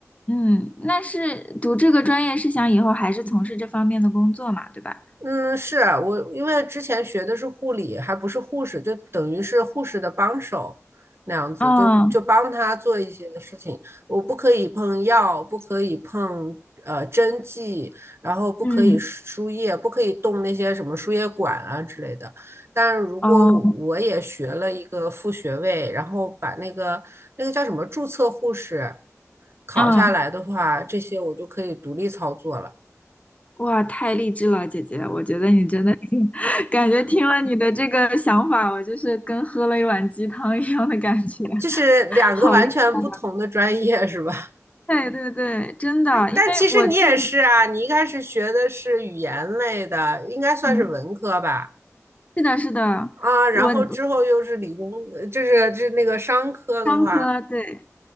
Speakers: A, on the left; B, on the right.
A: 嗯，那是读这个专业是想以后还是从事这方面的工作嘛，对吧？
B: 嗯，是啊我，因为之前学的是护理，还不是护士，就等于是护士的帮手那样子，
A: 嗯
B: 就就帮他做一些事情。我不可以碰药，不可以碰呃针剂，然后不可以输液，
A: 嗯
B: 不可以动那些什么输液管啊之类的。但是如果我我也学了一个副学位，
A: 哦
B: 然后把那个那个叫什么注册护士考下来的话，
A: 嗯。
B: 这些我就可以独立操作了。
A: 哇，太励志了，姐姐！我觉得你真的，<laughs> 感觉听了你的这个想法，我就是跟喝了一碗鸡汤一样的感觉，<laughs>
B: 就是两个完全不同的专业是吧？
A: 好厉害啊！对对对，真的，因为我自己，
B: 但其实你也是啊，你一开始学的是语言类的，应该算是文科吧？
A: 嗯，是的，是的，
B: 啊，然后之后又是理工，
A: 我我
B: 呃就是就是那个商科的话，
A: 商科对